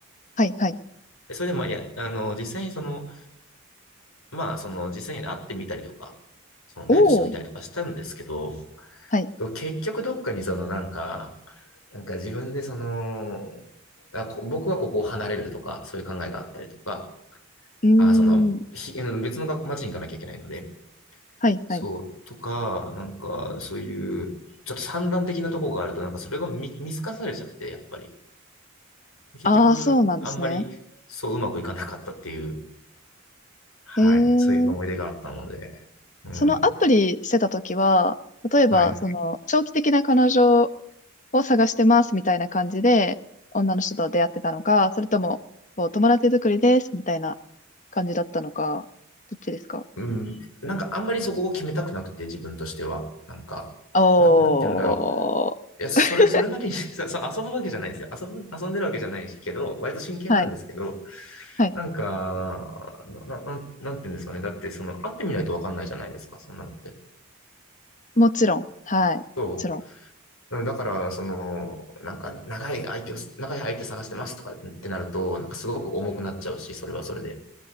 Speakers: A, on the left; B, on the left.
A: はい、はい。
B: でそれでまあ、いや、あの、実際にその、まあ、その実際に会ってみたりとか、そのデートしてみたりとかしたんですけど、
A: おお、はい、
B: 結局どっかにそのなんか、なんか自分でその、あこ僕はここを離れるとか、そういう考えがあったりとか、
A: うー
B: あその、
A: ん、
B: ひ別の街に行かなきゃいけないので、
A: はい、
B: そう、
A: はい。
B: とか、なんか、そういう、ちょっと散乱的なところがあると、なんかそれが見、見透かされちゃって、やっぱり。結局、
A: ああ、そうなんですね。
B: あんまり、そううまくいかなかったっていう、はい、
A: ええ、
B: そういう思い出があったので、うん、
A: そのアプリしてた時は、例えば、
B: はい。
A: その、長期的な彼女を探してますみたいな感じで、女の人と出会ってたのか、それとも、こう、友達作りですみたいな感じだったのか、どっちですか
B: うん。なんかあんまりそこを決めたくなくて、自分としては。なんか、
A: おー。
B: な、なんて言うんだろう。いや、それ、
A: <laughs>
B: それなりに <laughs> そそう遊ぶわけじゃないですよ。遊ぶ、遊んでるわけじゃないけど、割と真剣なんですけど、
A: はい、はい。
B: なんか、な、な、なんなんて言うんですかね。だって、その、会ってみないとわかんないじゃないですか、そんなのって。
A: もちろん。はい。もちろん。
B: そう。うんだから、その、なんか、長い相手を、長い相手探してますとかってなると、なんかすごく重くなっちゃうし、それはそれで。